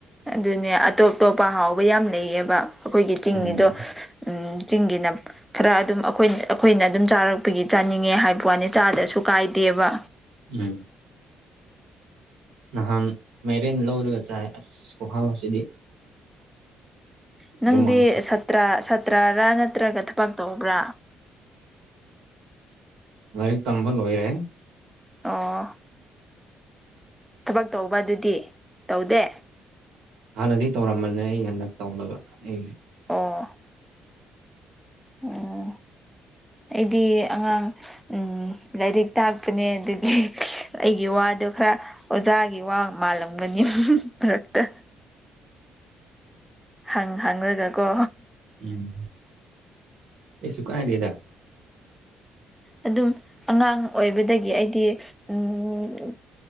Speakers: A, in the centre; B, on the right.
A: ꯑꯗꯨꯅꯦ ꯑꯇꯣꯞ ꯇꯣꯞꯄ ꯍꯥꯎꯕ ꯌꯥꯝ ꯂꯩꯌꯦꯕ ꯑꯩꯈꯣꯏꯒꯤ ꯆꯤꯡꯒꯤꯗꯣ
B: ꯎꯝ
A: ꯎꯝ ꯆꯤꯡꯒꯤꯅ ꯈꯔ ꯑꯗꯨꯝ ꯑꯈꯣꯏꯅ ꯑꯩꯈꯣꯏꯅ ꯑꯗꯨꯝ ꯆꯥꯔꯛꯄꯒꯤ ꯆꯥꯅꯤꯡꯉꯦ ꯍꯥꯏꯕ ꯋꯥꯅꯤ ꯆꯥꯗ꯭ꯔꯁꯨ ꯀꯥꯏꯗꯦꯕ
B: ꯎꯝ ꯅꯍꯥꯟ ꯃꯦꯔꯦꯟ ꯂꯧꯔꯒ ꯆꯥꯏ ꯑꯁ ꯈꯨꯍꯥꯎꯁꯤꯗꯤ
A: ꯎ ꯅꯪꯗꯤ
B: ꯂꯨꯃꯥꯡꯈꯛ
A: ꯁꯇ꯭ꯔ ꯁꯇ꯭ꯔꯔꯥ ꯅꯠꯇ꯭ꯔꯒ ꯊꯕꯛ ꯇꯧꯕ꯭ꯔꯥ
B: ꯂꯥꯏꯔꯤꯛ ꯇꯝꯕ ꯂꯣꯏꯔꯦ
A: ꯑꯣ ꯊꯕꯛ ꯇꯧꯕ ꯑꯗꯨꯗꯤ ꯇꯧꯗꯦ
B: ꯍꯥꯟꯅꯗꯤ ꯇꯧꯔꯝꯕꯅꯦ ꯑꯩ ꯍꯟꯗꯛ ꯇꯧꯕ ꯑꯩꯁꯦ
A: ꯑꯣ
B: <inaudible>
A: ꯎꯝ ꯑꯩꯗꯤ ꯑꯉꯥꯡ ꯎꯝ ꯂꯥꯏꯔꯤꯛ ꯇꯥꯛꯄꯅꯦ ꯑꯗꯨꯒꯤ ꯑꯩꯒꯤ ꯋꯥꯗꯣ ꯈꯔ ꯑꯣꯖꯥꯒꯤ ꯋꯥ ꯃꯥꯜꯂꯝꯒꯅꯤ ꯃꯔꯛꯇ ꯍꯪ ꯍꯪꯔꯒ ꯀꯣ
B: ꯎꯝ ꯀꯩꯁꯨ ꯀꯥꯏꯗꯦꯗ
A: ꯑꯗꯨꯝ ꯑꯉꯥꯡ ꯑꯣꯏꯕꯗꯒꯤ ꯑꯩꯗꯤ ꯎꯝ